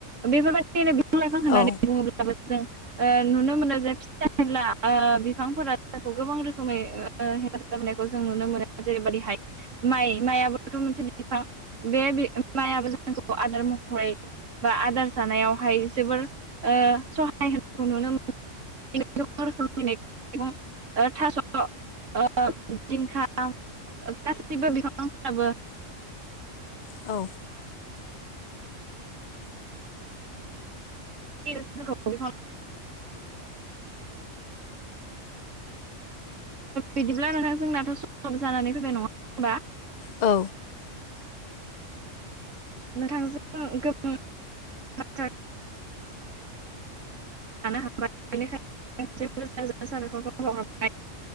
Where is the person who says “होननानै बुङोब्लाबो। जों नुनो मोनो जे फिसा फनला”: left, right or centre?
Right